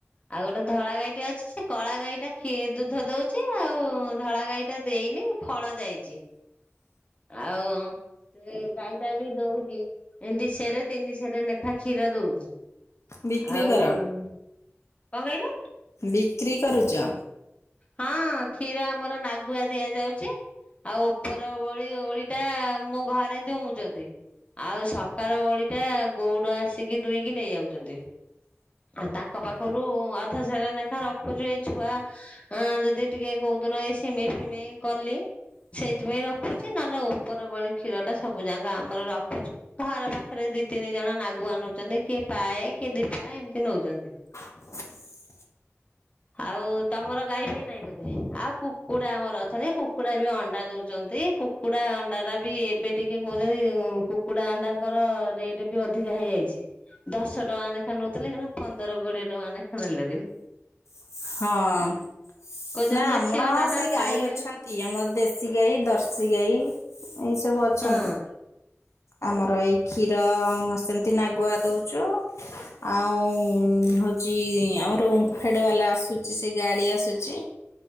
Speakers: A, on the left; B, on the left.
A: ଆଉ ଗୋଟେ ଧଳା ଗାଈଟେ ଅଛି ସେ କଳା ଗାଈଟା ଖୀ ଦୁଧ ଦଉଛି ଆଉ ଧଳା ଗାଈଟା ଦେଇନି ଫଳ ଯାଇଛି। ଆଉ। ସେ ଗାଈଟା ବି ଦଉଛି ଏ ଦିଶେରେ ତିନିଶେରେ ଲେଖା କ୍ଷୀର ଦଉଛି।
B: ବିକ୍ରି
A: ଆଉ
B: କର?
A: କଣ କହିଲେ।
B: ବିକ୍ରି କରୁଚ?
A: ହଁ କ୍ଷୀର ଆମର ନାଗୁଆ ଦିଆଯାଉଚି। ଆଉ ଉପର ଓଳି ଓଳି ଟା ମୋ ଘରେ ଦୁଉଛନ୍ତି। ଆଉ ସକାଳ ଓଳି ଟା ଗଉଡ ଆସିକି ଦୁଇଁକି ନେଇଯାଉଛନ୍ତି। ଆ ତାଙ୍କ ପାଖରୁ ଅଧସେର ଲେଖା ରଖୁଛୁ ଏଇ ଛୁଆ ହଁ ଯଦି ଟିକେ କଉଦିନ ଏଇ ସିମେଇ ଫିମେଇ କଲି। ସେଇଥିପାଇଁ ରଖୁଛି ନହେଲେ ଉପର ଓଳି କ୍ଷୀର ଟା ସବୁ ଯାକ ଆମର ରଖୁଛୁ। ଘର ପାଖରେ ଦି ତିନି ଜଣ ନାଗୁଆ ନଉଛନ୍ତି କିଏ ପାଏ କିଏ ଦିପାଏ ଏମିତି ନଉଛନ୍ତି।
B: <unintelligible>
A: ଆଉ ତମର ଗାଈ ଫାଇ ନାଇଁ ବୋଧେ ଆଉ କୁକୁଡା ଆମର ଅଛନ୍ତି କୁକୁଡା ବି ଅଣ୍ଡା ଦଉଚନ୍ତି କୁ କୁକୁଡ଼ା ଅଣ୍ଡାର ବି ଏବେ ଟିକେ କହୁଛନ୍ତି ଉମ କୁକୁଡା ଅଣ୍ଡାଙ୍କର ରେଟ୍ ବି ଅଧିକା ହେଇଯାଇଛି। ଦଶ ଟଙ୍କା ନେଖା ନଉଥିଲେ ପନ୍ଦର କୋଡିଏ ଟଙ୍କା ନେଖା ନେଲେଣି।
B: ହଁ।
A: କହୁଛନ୍ତି
B: ନା
A: ଦେଶୀ
B: ଆମର
A: ଅଣ୍ଡା
B: ହଁ ସେ
A: ଟା ଖାଇଲେ
B: ଗାଈ ଅଛନ୍ତି ଆମର ଦେଶୀ ଗାଈ ଦର୍ଶୀ ଗାଈ ଏଇ ସବୁ ଅଛନ୍ତି।
A: ହଁ
B: ଆମର ଏଇ କ୍ଷୀର ସେମିତି ନାଗୁଆ ଦେଉଚୁ। ଆଉ ଉମ ହଉଛି ଆମର ଓମଫେଡ଼ ବାଲା ଆସୁଛି ସେ ଗାଡି ଆସୁଛି।